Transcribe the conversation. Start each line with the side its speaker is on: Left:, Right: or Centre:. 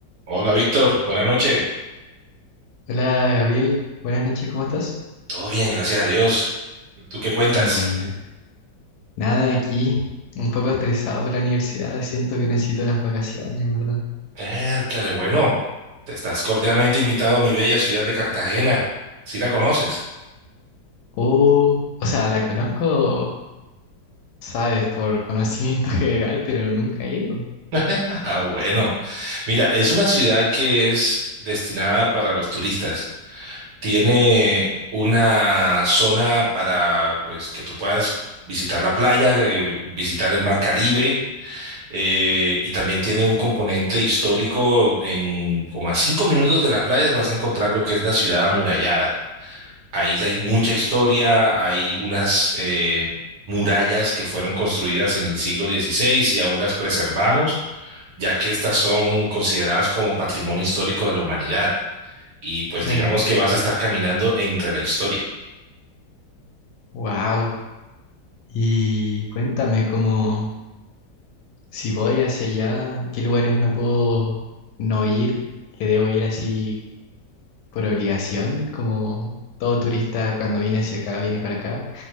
Right: Hola Víctor, buenas noches.
Left: Hola Gabriel, buenas noches, ¿cómo estás?
Right: Todo bien, gracias a Dios. ¿Y tú qué cuentas?
Left: Qué bueno. Nada, aquí un poco estresado por la universidad, siento que necesito unas vacaciones, en ¿verdad?
Right: Ércale, bueno, te estás cordialmente invitado a mi bella ciudad de Cartagena. ¿Sí la conoces?
Left: Oh, o sea, la conozco, sabes, por conocimiento <laughs> general, pero nunca he ido.
Right: <laughs> Ah, bueno. Mira, es una ciudad que es destinada para los turistas. Tiene una zona para, pues, que tú puedas visitar la playa, eh, visitar el mar Caribe. eh, y también tiene un componente histórico. En como a cinco minutos de las playas vas a encontrar lo que es la ciudad amurallada. Ahí ya hay mucha historia, hay unas eh, murallas que fueron construidas en el siglo XVI y aún las preservamos, ya que estas son consideradas como patrimonio histórico de la humanidad. Y pues
Left: Claro.
Right: digamos que vas a estar caminando entre la historia.
Left: Wow. Y cuéntame cómo, si voy hacia allá, ¿en ¿qué lugares no puedo no ir? Que debo ir así por obligación, como todo turista cuando viene hacia acá, viene para acá.